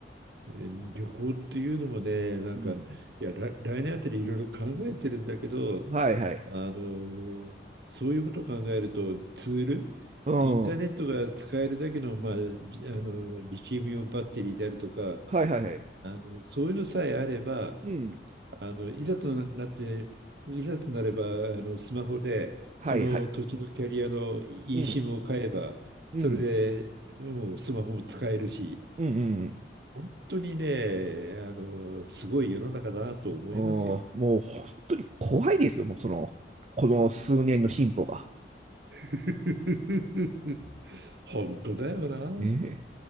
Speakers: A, on the right; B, on the right.
A: 旅行っていうのもね、なんか、
B: うん。
A: いや、来来年あたりいろいろ考えてるんだけど、
B: はいはい。
A: あの、そういうことを考えると、ツール、
B: うん。
A: インターネットが使えるだけの、
B: は
A: まあ、じあの、リチウムイオンバッテリーであるとか、
B: いはいはい。
A: あの、そういうのさえあれば、
B: うん。
A: あの、いざとなって、いざとなれば、あの、スマホで、
B: はいはい。
A: その土地のキャリアの eSIM
B: うん。
A: を買えば、
B: うん。
A: それでもうスマホも使えるし、
B: うんうんうん。
A: 本当にね、あの、すごい世の中だなと思いますよ。
B: うん、もう本当に怖いですよ、もうその、この数年の進歩が。
A: <laughs> 本当だよな。
B: ええ